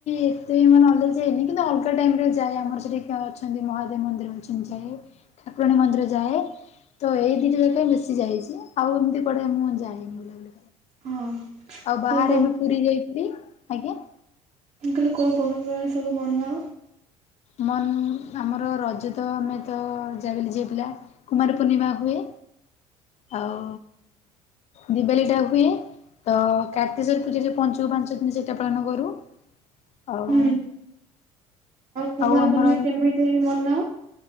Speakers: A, on the left; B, on the right.
A: ଏତେ ମାନେ ଅଲଗା ଯାଏନି କିନ୍ତୁ ଅଲଗା ଟାଇମ ରେ ଯାଏ ଆମର ସେଠି। ହଁ ଅଛନ୍ତି ମହାଦେବ ମନ୍ଦିର ଅଛନ୍ତି ଯାଏ ଠାକୁରାଣୀ ମନ୍ଦିର ଯାଏ। ତ ଏଇ ଦିଟା ଯାାଗା ମୁ ବେଶି ଯାଇଛି ଆଉ ଏମିତି କୁଆଡେ ମୁଁ ଯାଇନି।
B: ହଁ
A: ଆଉ ବାହାରେ
B: କୋଉ
A: ଆମେ ପୁରୀ ଯାଇଥିଲି, ଆଜ୍ଞା।
B: ମୁ କହିଲି କୋଉ ପର୍ବ ପର୍ବାଣୀ ସବୁ ବନାଅ?
A: ମନ ଆମର ରଜ ତ ଆମେ ତ ଯାହା ବି ହେଲେ ଝିଅ ପିଲା କୁମାର ପୂର୍ଣ୍ଣିମା ହୁଏ।
B: <inaudible>
A: ଆଉ ଦିିବାଲି ଟା ହୁଏ। ଅ କାର୍ତ୍ତିେଶ୍ଵର ପୂଜା ଯୋଉ ପଞ୍ଚୁକ ପାଞ୍ଚ ଦିନ ସେଇଟା ପାଳନ କରୁ। ଆଉ
B: ହୁଁ। କୁମାର
A: ଆଉ ଆମର।
B: ପୂର୍ଣ୍ଣିମା କେମିତି ମନାଅ?